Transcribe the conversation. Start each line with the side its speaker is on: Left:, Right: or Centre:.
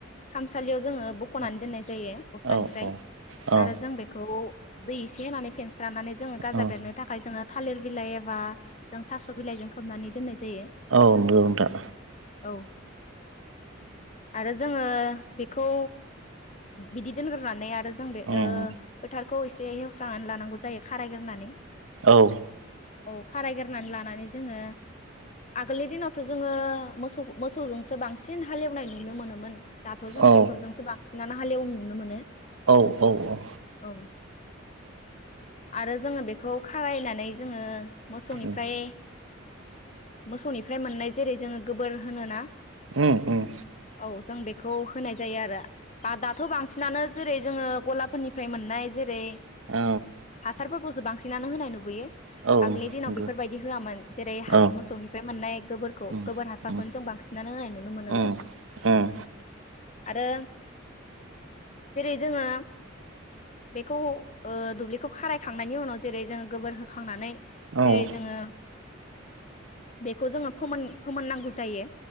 Left: खामसालियाव जोङो बख'नानै
Right: औ
Left: दोननाय जायो बस्थानिफ्राय
Right: औ उम उम
Left: आरो जों बेखौ दै एसे होनानै फेनस जानानै जोङो गाजा
Right: औ
Left: बेरनो थाखाय जोङो थालिर बिलाइ बा जों थ' बिलाइ जों खौबनानै दोननाय जायो
Right: औ नंगौ नोंथां
Left: औ आरो जोङो बेखौ बिदि दोनग्रोनानै आरो जों बे
Right: उम
Left: फोथार खौ एसे हेवस्रांनानै लानांगौ जायो खारायग्रोनानै
Right: औ
Left: औ खारायग्रोनानै लानानै जोङो आगोलनि दिनावथ' जोङो मोसौ मोसौजोंसो बांसिन हालेवनाय नुनो मोनोमोन। दाथ' जों
Right: औ
Left: टेक्टरजोंसो बांसिन हालेवनाय नुनो मोनो।
Right: औ औ औ
Left: औ आरो जोङो बेखौ खारायनानै जोङो मोसौनिफ्राय
Right: उम
Left: मोसौनिफ्राय मोननाय जेरै जोङो गोबोर होनोना
Right: उम उम
Left: औ जों बे बेखौ होनाय जायो आरो बा दाथ' बांसिनानो जेरै जोङो गलाफोरनिफ्राय मोननाय जेरै
Right: औ
Left: हासारफोरखौसो बांसिन <unintelligible> होनाय नुबोयो।
Right: औ
Left: आगोलनि
Right: नंगौ
Left: दिनाव बेफोरबायदि होआमोन। जेरै हासा-
Right: औ
Left: मोसौनिफ्राय मोननाय गोबोरखौ
Right: उम
Left: गोबोर हासारखौनो
Right: उम
Left: जों बांसिनानो होनाय नुनो मोनोमोन
Right: उम उम
Left: आरो जेरै जोङो बेखौ ओ दुब्लिखौ खारायखांनायनि उनाव जेरै जोङो गोबोर होखांनानै
Right: औ
Left: जेरै
Right: औ
Left: जोङो बेखौ जोङो फोमोन -फोमोननांगौ जायो।